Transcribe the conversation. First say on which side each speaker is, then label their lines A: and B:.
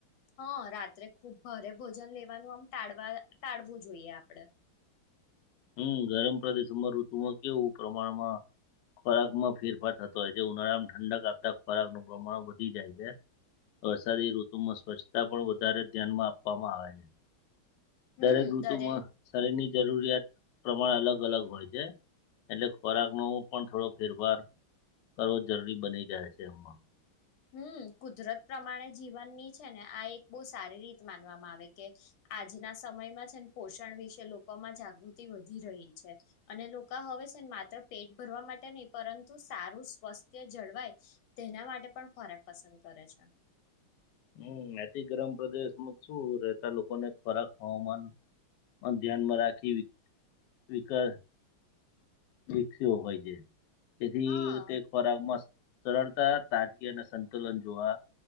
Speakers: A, on the left (about 80°); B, on the left (about 70°).
A: હા, રાત્રે ખુબ ભારે ભોજન લેવાનું આમ ટાળવા ટાળવું જોઈએ આપડે.
B: હમ્મ, ગરમ પ્રદેશમાં ઋતુમાં કેવું પ્રમાણમાં ખોરાકમાં ફેરફાર થતો હોય છે ઉનાળામાં ઠંડક આપતા ખોરાકનું પ્રમાણ વધી જાય છે. વરસાદી ઋતુમાં સ્વચ્છતા પણ વધારે ધ્યાનમાં આપવામાં આવે છે. દરેક
A: હમ
B: ઋતુમાં
A: દરે
B: શરીરની જરૂરિયાત પ્રમાણ અલગ અલગ હોય છે. એટલે ખોરાકનો પણ થોડો ફેરફાર કરવો જરૂરી બની ગયા છે એમમાં.
A: હમ્મ, કુદરત પ્રમાણે જીવનની છે ને આ એક બહુ સારી રીત માનવામાં આવે કે આજના સમયમાં છે પોષણ વિશે લોકોમાં જાગૃતિ વધી રહી છે અને લોકા હવે સેન માત્ર પેટ ભરવા માટે નહી પરંતુ સારું સ્વાસ્થ્ય જળવાય તેના માટે પણ ખોરાક પસંદ કરે છે.
B: હમ્મ, અતિ ગરમ પ્રદેશમાં શું રહેતા લોકોને ખોરાક હવામાન પણ ધ્યાનમાં રાખી વિ-વિકળ વિકસ્યો હોય જે. તેથી
A: હા
B: તે ખોરાગમાં સરળતા તાજગી અને સંતુલન જોવા